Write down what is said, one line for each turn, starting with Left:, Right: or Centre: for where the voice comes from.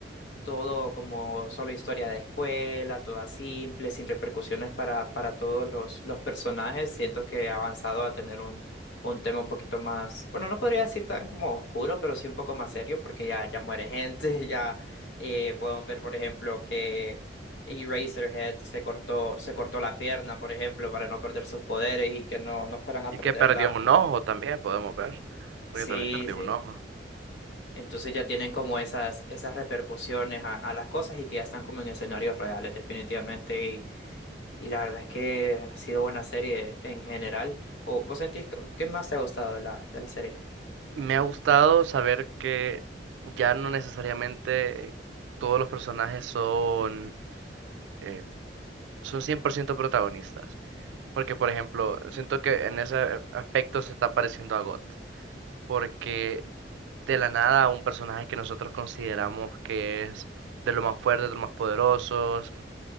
Left: todo como solo historia de escuela, toda simple, sin repercusiones para, para todos los, los personajes. Siento que ha avanzado a tener un, un tema un poquito más, bueno, no podría decir tan como oscuro, pero sí un poco más serio, porque ya, ya muere gente, <laughs> ya eh, podemos ver, por ejemplo, que Eraserhead se cortó, se cortó la pierna, por ejemplo, para no perder sus poderes y que no, no fueran a
Right: Y
Left: perderla.
Right: que perdió un ojo también, podemos ver,
Left: Eh,
Right: porque
Left: Sí,
Right: también perdió
Left: sí.
Right: un ojo.
Left: Entonces ya tienen como esas, esas repercusiones a, a las cosas y que ya están como en escenarios reales definitivamente. Y, y la verdad es que ha sido buena serie en general. ¿O vos sentís que, qué más te ha gustado de la, de la serie?
Right: Me ha gustado saber que ya no necesariamente todos los personajes son, eh, son 100% protagonistas, porque por ejemplo, siento que en ese aspecto se está pareciendo a GOT, porque de la nada un personaje que nosotros consideramos que es de los más fuertes, de los más poderosos,